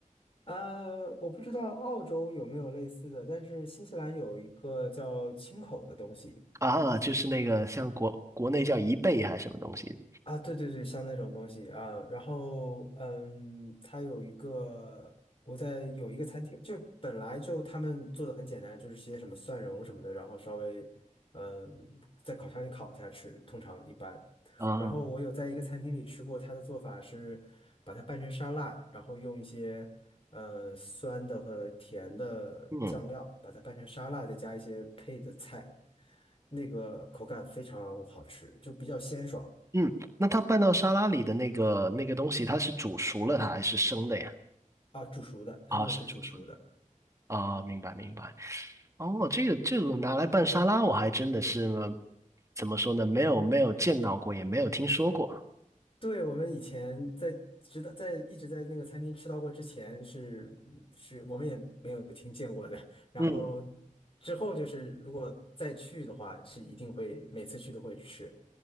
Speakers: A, on the left; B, on the right.
A: 呃，我不知道澳洲有没有类似的，但是新西兰有一个叫青口的东西，
B: 啊，就是那个像国国内叫贻贝还是什么东西
A: 啊，对对对，像那种东西啊，然后嗯，它有一个，我在有一个餐厅，就本来就他们做的很简单，就是些什么蒜蓉什么的，然后稍微嗯在烤箱里烤一下吃，通常一般。
B: 啊？
A: 然后我有在一个餐厅里吃过，它的做法是把它拌成沙拉，然后用一些呃酸的和甜的酱料把它拌成沙拉，
B: 嗯
A: 再加一些配的菜，那个口感非常好吃，就比较鲜爽。
B: 嗯，那它拌到沙拉里的那个那个东西，它是煮熟了它还是生的呀？
A: 啊，煮熟的，它那个是煮熟的。
B: 啊，是煮熟的啊，明白明白。哦，这个这个拿来拌沙拉，我还真的是怎么说呢？没有没有见到过，也没有听说过。
A: 对，我们以前在直到在一直在那个餐厅吃到过之前是是我们也没有听见过的。然后
B: 嗯，
A: 之后就是如果再去的话，是一定会每次去都会吃。